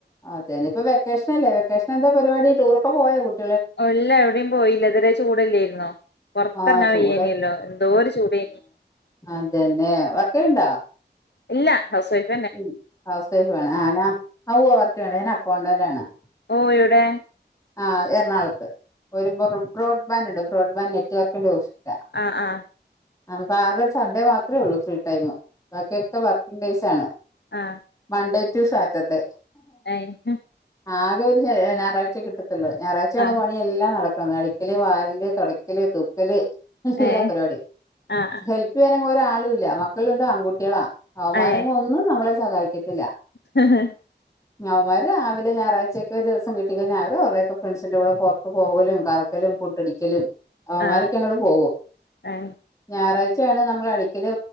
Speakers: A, on the left; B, on the left.
A: അതന്നെ ഇപ്പൊ വെക്കേഷനല്ലേ വെക്കേഷൻ എന്താ പരിപാടി ടൂറൊക്കെ പോയാ കുട്
B: ഒ ഇല്ല എവിടേം പോയില്ല ഇതുവരെ ചൂടല്ല്യായ്രുന്നോ പൊറ്ത്തെറങ്ങാൻ
A: ആഹ് ചൂട്
B: വയ്യേനേല്ലോ എന്തോരു ചൂടേനി
A: അതെന്നെ വർക്ക് ചെയ്യ്ണ്ടാ
B: ഇല്ല ഹൗസ് വൈഫ്‌
A: ഉം ഹൗസ് വൈഫാണ് ആ നാ വർക്ക് ചെയ്യുണ്ട് ഞാൻ അക്കൗണ്ടന്റാണ്
B: ഓ എവിടെ
A: ആഹ് എറണാകുളത്ത് ഒരു ബ്രോഡ്ബാൻഡ് ഉണ്ട് ബ്രോഡ്ബാൻഡ് നെറ്റ്വവർക്കിന്റെ ഓഫീസിലാ
B: ആഹ് ആഹ്
A: നമുക്ക് ആകെ സൺഡേ മാത്രേള്ളൂ ഫുൾ ടൈം ബാക്കി ഒക്കെ വർക്കിംങ്ങ് ഡേയ്സ് ആണ്
B: ആഹ്
A: മൺഡേ റ്റു സാറ്റർഡേ
B: <unintelligible>
A: ആകെ ഒരു ഞായാഴ്ച കിട്ടത്തൊള്ളൂ ഞായറാഴ്ചയാണ്
B: ആ
A: പണി എല്ലാം നടക്കണം അടിക്കല് വാരല് തുടക്കല് തൂക്കല് എല്ലാ
B: ഏ
A: പരിപാടി
B: ആ
A: ഹെല്പ് പ്പ് ചെയ്യാൻ ഒരാളുല്ല മക്കളുണ്ട് ആൺകുട്ടികളാ അവമാരങ്ങും
B: ആ ഏ
A: ഒന്നും നമ്മളെ സഹായിക്കത്തില്ല
B: ഹ ഹ
A: അവന്മാര് രാവിലെ ഞായാഴ്ചയൊക്കെ ഒരു ദിസം കിട് ട്ടികഴിഞ്ഞാൽ അവരൊക്കെ ഫ്രണ്ട്സിന്റെ കൂടെ പുറത്ത് പോകലും കറക്കലും പുട്ടടിക്കലും അവമ്മരൊക്കെ
B: ആ
A: അങ്ങട്ട് പോകും
B: ഏ
A: ഞായറാഴ്ചയാണ് നമ്മള് അടിക്കല്